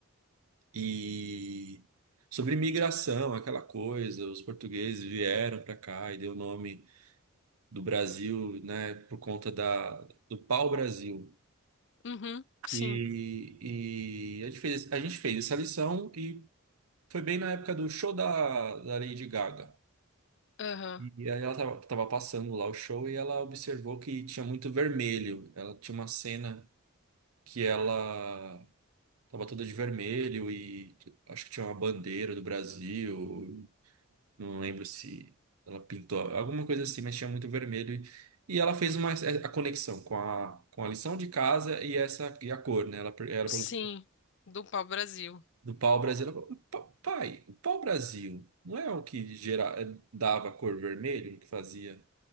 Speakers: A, on the right (about 75°); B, on the left (about 55°).
A: e sobre imigração, aquela coisa, os portugueses vieram para cá e deu o nome do Brasil, né, por conta da, do pau-brasil.
B: Uhum, sim.
A: E, e a gente fez, a gente fez essa lição e foi bem na época do show da, da Lady Gaga.
B: Aham,
A: E aí ela tava, tava passando lá o show e ela observou que tinha muito vermelho. Ela tinha uma cena que ela Tava toda de vermelho e tipo, acho que tinha uma bandeira do Brasil. Não lembro se ela pintou alguma coisa assim, mas tinha muito vermelho. E ela fez uma, é, a conexão com a, com a lição de casa e essa e a cor, né? Ela, per- ela
B: sim.
A: perguntou
B: Do pau-brasil.
A: do pau-brasil. Ela falou, "Pa- Pai, o pau-brasil não é o que gera, é, dava a cor vermelho, que fazia